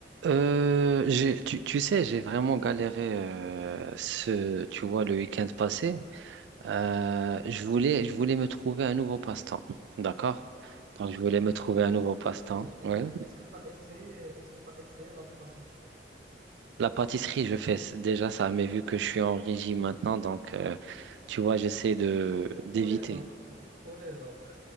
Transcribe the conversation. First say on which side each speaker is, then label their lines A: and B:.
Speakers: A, on the right; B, on the right.
A: Euh, j'ai, tu, tu sais, j'ai vraiment galéré euh, ce, tu vois, le week-end passé. Euh, je voulais, je voulais me trouver un nouveau passe-temps, d'accord?
B: <laughs>
A: Donc, je voulais me trouver un
B: Est-ce
A: nouveau
B: que,
A: passe-temps.
B: est-ce
A: Ouais.
B: est-ce que tu as essayé, est-ce que tu essayé la pâtisserie?
A: La pâtisserie, je fais c- déjà ça, mais vu que je suis en régime maintenant, donc, euh, tu vois, j'essaie de
B: Pour,
A: d'éviter.
B: pour les autres, pour, pour les autres.